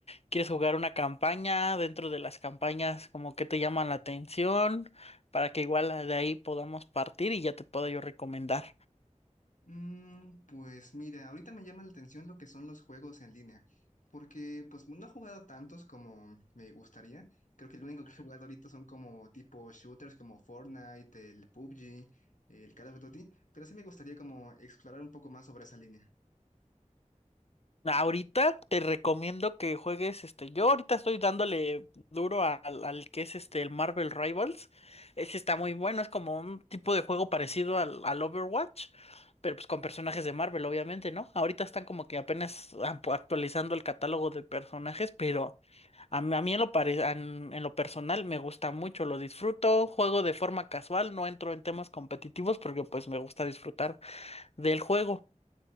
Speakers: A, on the left (about 55°); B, on the left (about 75°).
A: ¿Quieres jugar una campaña dentro de las campañas como que te llaman la atención para que igual de ahí podamos partir y ya te pueda yo recomendar?
B: Mm, pues mira, ahorita me llama la atención lo que son los juegos en línea, porque pues no he jugado tantos como me gustaría. Creo que el único que he jugado ahorita son como tipo shooters como Fortnite, el PUBG, el Call of Duty, pero sí me gustaría como explorar un poco más sobre esa línea.
A: Ahorita te recomiendo que juegues este. Yo ahorita estoy dándole duro a- al, al que es este el Marvel Rivals. Ese está muy bueno, es como un tipo de juego parecido al, al Overwatch, pero pues con personajes de Marvel, obviamente, ¿no? Ahorita están como que apenas ampu- actualizando el catálogo de personajes, pero a mí, a mí en lo pare- en, en lo personal me gusta mucho, lo disfruto, juego de forma casual, no entro en temas competitivos porque pues me gusta disfrutar del juego.